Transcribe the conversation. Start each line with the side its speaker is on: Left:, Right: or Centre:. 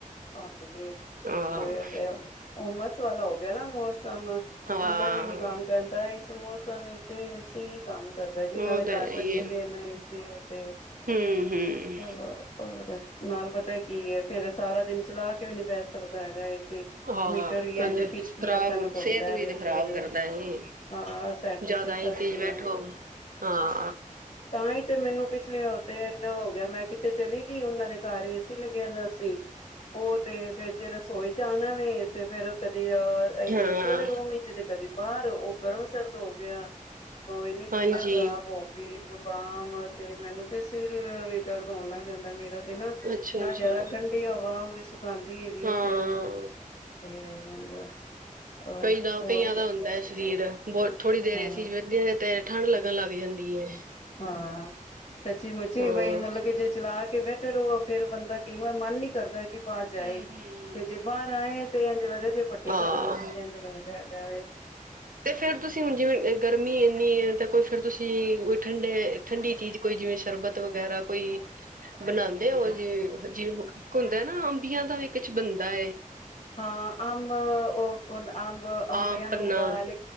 Left: ਹਾਂਜੀ,
Right: ਹਾਂ
Left: ਉਹੀ ਤੇ ਉਮਸ ਵਾਲਾ ਹੋ ਗਿਆ ਨਾ ਮੋਸ ਸਮ
Right: ਹਾਂ
Left: ਕੂਲਰ ਵੀ ਨੀ ਕੰਮ ਕਰਦਾ ਇਸ ਮੋਸ ਸਮ ਈ ਤੇ ਏਸੀ ਕੰਮ ਕਰਦਾ, ਜਿੰਨਾਂ
Right: ਉਹ
Left: ਦੇ
Right: ਤਾਂ
Left: ਘਰ
Right: ਹੈ
Left: ਲੱਗੇ
Right: ਹੀ ਹੈ
Left: ਦੇਨੇ ਏਸੀ ਉਹ ਤੇ
Right: ਹੂੰ ਹੂੰ
Left: ਹੋਰ ਉਸ ਤੇ ਨਾਲ ਪਤਾ ਤਾ ਕੀ ਏ, ਫੇਰ ਸਾਰਾ ਦਿਨ ਚਲਾ ਕੇ ਵੀ ਨੀ ਬੈ ਸਕਦਾ ਹੈਗਾ ਏ।
Right: ਹਾਂ
Left: ਮੀਟਰ ਵੀ
Right: ਕਹਿੰਦੇ
Left: ਇੰਝ ਫਿਰ ਕੀ
Right: ਖ਼ਰਾਬ
Left: ਆਖਣ ਘੁੰਮਦਾ
Right: ਸਿਹਤ ਵੀ
Left: ਵ
Right: ਤੇ ਖ਼ਰਾਬ
Left: ਫੇਰ
Right: ਕਰਦਾ ਏ
Left: ਹਾਂ ਸੈਂਟ
Right: ਜ਼ਿਆਦਾ ਏਸੀ
Left: ਤੇ ਕਿੰਨਾ
Right: ਚ ਬੈਠੋ ਹਾਂ
Left: ਤਾਂ ਹੀ ਤੇ ਮੈਨੂੰ ਲਓ ਤੇ ਇਨਾ ਹੋ ਗਿਆ ਮੈਂ ਕਿਤੇ ਚਲੀ ਗਈ ਉਹਨਾਂ ਦੇ ਘਰ ਲੱਗਿਆ ਦਾ ਸੀ ਉਹ ਤੇ ਫੇਰ ਚ ਰਸੋਈ ਚ ਆਨਾ ਵੇ ਤੇ ਫੇਰ ਤੇ
Right: ਹਾਂ
Left: ਏਸੀ ਵਾਲੇ ਰੂਮ ਵਿੱਚ ਤੇ ਕਦੀ ਬਾਹਰ ਉਹ ਗਰਮ ਸਿਰਦ ਹੋ ਗਿਆ। ਉਹ ਇੰਨੀ ਤਬੀਅਤ
Right: ਹਾਂਜੀ
Left: ਖ਼ਰਾਬ ਹੋ ਗਈ। ਬਾਮ ਤੇ ਮੈਨੂੰ ਤੇ ਸਿਰ ਇਧਰ ਦੋਣ ਲੱਗ ਜਾਂਦਾ ਮੇਰਾ ਹਨਾ,
Right: ਅੱਛਾ
Left: ਨਾ
Right: ਅੱਛਾ
Left: ਜਿਆਦਾ ਠੰਡੀ ਹਵਾ, ਪਸੰਦ ਹੀ ਹੈਗੀ
Right: ਹਾਂ
Left: ਸਿਰ ਨੂੰ ਤੇ ਬੰਦਾ ਅਹ
Right: ਕਈ ਦਾ
Left: ਹੋਰ
Right: ਕਈਆਂ ਦਾ ਹੁੰਦਾ ਹੈ ਸਰੀਰ ਬਹੁਤ ਥੋੜ੍ਹੀ ਦੇਰ
Left: ਹਾਂ
Right: ਏਸੀ ਚ ਵਹਿਨੇ ਠੰਡ ਲਗਣ ਲੱਗ ਜਾਂਦੀ ਹੈ।
Left: ਹਾਂ ਸਚੀ ਮੁੱਚੀ
Right: ਹਾਂ।
Left: ਬਈ ਮਤਲਬ ਕਿ ਜੇ ਚਲਾ ਕੇ ਬੈਠੇ ਰਹੋ ਫਿਰ ਬੰਦਾ ਕਈ ਵਾਰ ਮਨ ਨੀ ਕਰਦਾ ਕਿ ਬਾਹਰ ਜਾਏ
Right: ਹਮ ਹਮ।
Left: ਤੇ ਜੇ ਬਾਹਰ ਆਏ। ਤੇ ਇਝ ਲਗਦਾ, ਪੱਟੇ
Right: ਹਾਂ।
Left: ਤਾਂ ਵਧੇ ਵੀ ਇ ਜੇ ਲੱਗਦਾ, ਹ <unintelligible>
Right: ਤੇ ਫੇਰ ਤੁਸੀਂ ਹੁਣ ਜਿਵੇਂ ਗਰਮੀ ਇੰਨੀ ਹੈ ਤਾਂ ਕੋਈ ਫੇਰ ਤੁਸੀਂ ਠੰਡੇ ਠੰਡੀ ਚੀਜ਼ ਕੋਈ ਜਿਵੇਂ ਸ਼ਰਬਤ ਵਗੈਰਾ ਕੋਈ ਬਣਾਦੇ
Left: ਹਾਂਜੀ
Right: ਉਹ ਜੀ ਜੀ, ਹੁੰਦਾ ਨਾ ਅੰਬੀਆਂ ਦਾ ਬੰਦਾ
Left: ਹਾਂ ਅੰਬ ਉਹ ਅੰਬ ਅੰਬਿਆਂ
Right: ਆਮ
Left: ਨੂੰ
Right: ਪੰਨਾ
Left: ਉਬਾਲ ਲੈ